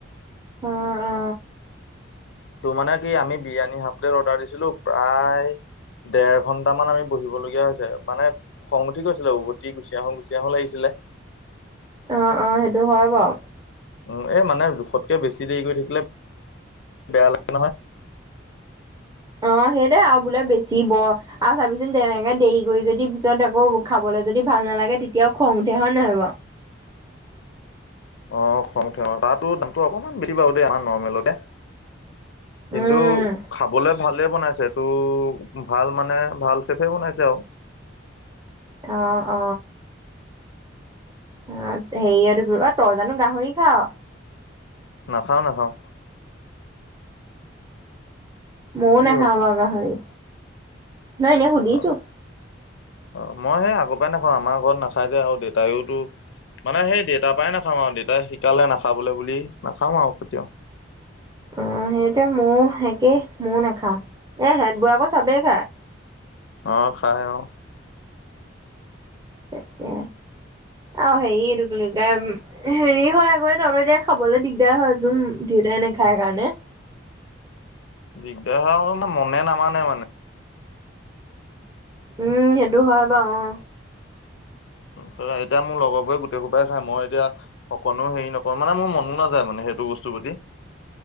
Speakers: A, on the right; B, on the left.
A: অ অ
B: তোৰ মানে কি আমি বিৰিয়ানী হাফ প্লেট অৰ্ডাৰ দিছিলো প্ৰায়, দেৰ ঘন্টামান আমি বহিবলগীয়া হৈছে মানে, খং উঠি গৈছিলে উভতি গুচি আহো গুচি আহো লাগিছিলে।
A: অ অ সেইটো হয় বাউ,
B: উ এই মানে জোখতকৈ বেছি দেৰি কৰি থাকিলে বেয়া লাগে নহয়,
A: অ সেইটোৱে আৰু বোলে বেছি ব, আৰু চাবিচোন তেনেকে দেৰি কৰি যদি পিছত আকৌ খাবলৈ যদি ভাল নালাগে তেতিয়াও খং উঠে হয় ন নহয় বাও,
B: অ খং উঠে তাতো দামতটো অকনমান বেছি বাৰু দেই আমাৰ নৰ্মেলতে, কিন্তু
A: উম উম
B: খাবলে, ভালেই বনাইছে টো ভাল মানে ভাল চেফে বনাইছে আউ,
A: অ অ অ হেৰি আৰু অ তই জানো গাহৰি খাও,
B: নাখাওঁ নাখাওঁ।
A: ময়ও
B: কি
A: নাখাওঁ
B: হ'ল
A: বা গাহৰি নহয় এনেই সুধিছো।
B: অ অ মই সেই আগৰ পৰাই নাখাওঁ আমাৰ ঘৰত নাখাই যে আৰু দেউতায়ওতো, মানে সেই দেউতাৰ পৰাই নাখাম আৰু দেউতাই শিকালে নাখাবলৈ বুলি নাখওঁ আৰু কেতিয়াও,
A: অ সেইটো মও একেই ময়ো নাখাও এ হেত বোৱে আক চবেই খায়।
B: অ খাই অ,
A: তাকে আও হেৰি এইটো কি বুলি কয়, হেৰি হয় আকৌ তলত দিয়াই খাবলৈ দিগদাৰ হয় যোন দেউতাই নেখায় কাৰণে।
B: দিগদাৰ হ আমাৰ মনে নামানে মানে।
A: উম সেইটো হয় বাৰু অহ।
B: তই এতিয়া মোৰ লগৰ বোৰে গোটেই খোপই খাই মই এতিয়া অকণো হেৰি নকয় মানে মোৰ মনো নাযায় মানে সেইটো বস্তু প্ৰতি।